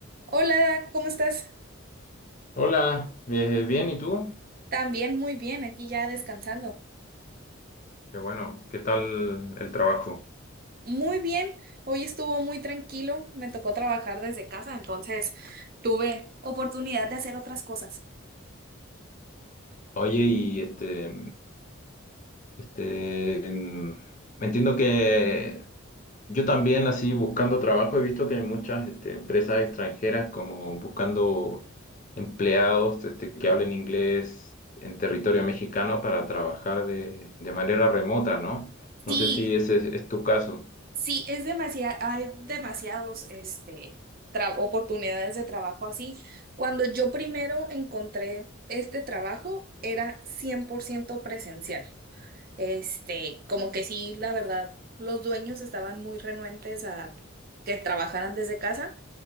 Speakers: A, on the right (about 45°); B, on the left (about 35°).
A: Hola, ¿cómo estás?
B: Hola, eh, bien, ¿y tú?
A: También muy bien, aquí ya descansando.
B: Qué bueno, ¿qué tal el trabajo?
A: Muy bien, hoy estuvo muy tranquilo, me tocó trabajar desde casa, entonces tuve oportunidad de hacer otras cosas.
B: Oye, y este, este, mm, entiendo que yo también así buscando trabajo he visto que hay muchas este, empresas extranjeras como buscando empleados este, que hablen inglés en territorio mexicano para trabajar de, de manera remota, ¿no? No
A: Sí,
B: sé si ese es, es tu caso.
A: sí, es demasiado, hay demasiados, este, tra- oportunidades de trabajo así. Cuando yo primero encontré este trabajo, era 100% presencial. Este, como que sí, la verdad, los dueños estaban muy renuentes a que trabajaran desde casa.